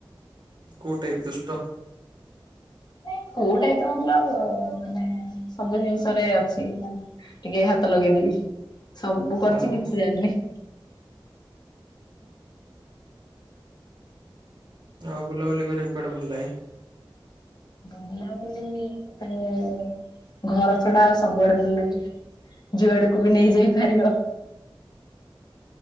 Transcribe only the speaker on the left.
ମାନେ କୋଉ ଟାଇପ ର ମତଲବ ଅ ମାନେ ସବୁ ଜିନିଷରେ ଅଛି ମାନେ ଟିକେ ହାତ ଲଗେଇଦେବି ସବୁ କରିଛି
କିଛି ଜାଣିନି।
ବୁଲାବୁଲି ପାଇଁ ଘର ଛଡା ଆଉ ସବୁଆଡେ ଭଲ ଲାଗେ। ଯୁଆଡକୁ ବି ନେଇ ଯାଇ ପାରିବ।